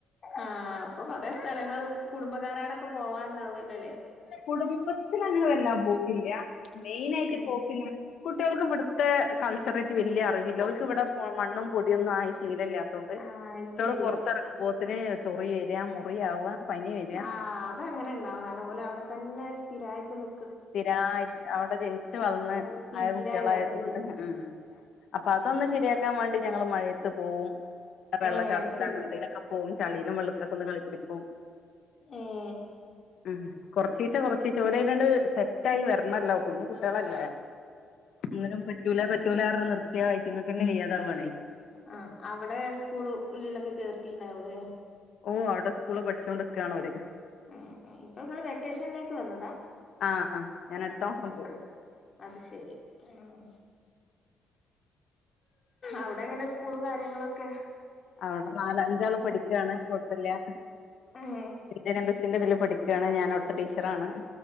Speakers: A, on the left; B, on the left.
A: ആഹ് അപ്പൊ കൊറെ സ്ഥലങ്ങള് കുടുംബക്കാരടക്കെ പോവാൻണ്ടാവല്ലോല്ലേ
B: കുടുംബത്തിലങ്ങനെ വെല്ലാ പോക്കില്ല്യാ മെയിനായിട്ട്
A: ഏഹ്
B: പോക്കി കുട്ടികൾക്ക്‌വിട്ത്തേ കൾച്ചറായ്ട്ട് വല്യ അറിവില്ല ഓൽക്ക്‌വ്ടെപ്പോ മണ്ണും പൊടിയൊന്നും ആയ് ശീലല്ല്യാ ത്തോണ്ട് കുട്ടികള്
A: ആഹ് അത് ശരി
B: പൊറത്തെറങ്ങുമ്പോത്തിന് ചൊറി വര്യാ മുറിയാവ്വാ പനി വര്യാ
A: ആഹ് അതങ്ങനെണ്ടാവും കാരണം ഓലവ്ടെ തന്നെ സ്ഥിരായ്ട്ട് നി
B: സ്ഥിരായിട്ട് അവിടെ ജനിച്ച് വളർന്ന്
A: അതിനൊരു ശീലായി
B: ആയ കുട്ടികളായതുകൊണ്ട്
A: വരേണ്ടി വരും.
B: ഉം ഉം അപ്പൊ അതൊന്ന് ശരിയാക്കാൻ വേണ്ടി ഞങ്ങള് മഴയത്ത് പോവും വെള്ളച്ചാട്ടത്തിലങ്ങനത്തേലക്കെ
A: ഏഹ് അത് ശരി.
B: പോവും ചളിലും വെള്ളത്തിലൊക്കൊന്ന് കളിപ്പിക്കും
A: ഏഹ്
B: ഉം കൊറച്ചീച്ച കൊറച്ചീച്ച ഓലയ്ലാണ്ട് സെറ്റായ് വരണല്ലോ കുഞ്ഞു കുട്ടികളല്ലേ ഒന്നിനും പറ്റൂല പറ്റൂലറഞ്ഞ് നിർത്തിയാ ആയിറ്റങ്ങക്കന്നെ വെയ്യാതാവാണേ
A: ആഹ് അവിടെ സ്കൂളു ഉള്ളിലൊക്കെ ചേർത്തിണ്ടാവൂല്ലേ
B: ഓഹ് അവിടെ സ്കൂള്ല് പഠിച്ചോണ്ട്ക്കാണ് ഓര്
A: ഏഹ് ഏഹ് ഇപ്പഇങ്ങള് വെക്കേഷൻലേക്ക് വന്നതാ
B: ആഹ് ആഹ് ഞാൻ അടുത്ത
A: ഏഹ്
B: മാസം
A: അത്ശെരി
B: പോവും
A: അത്ശെരി ഉം അവ്ടെ എങ്ങനെ സ്കൂളും കാര്യങ്ങളൊക്കെ
B: അവടെ നാലഅഞ്ചാളും പഠിക്കാണ് കാെഴപ്പല്യാ
A: ഏഹ്
B: ഇന്ത്യൻ എംബസ്സിന്റെ ഇതില് പഠിക്കാണ് ഞാന് അവ്ട്ത്തെ ടീച്ചറാണ് ഹ്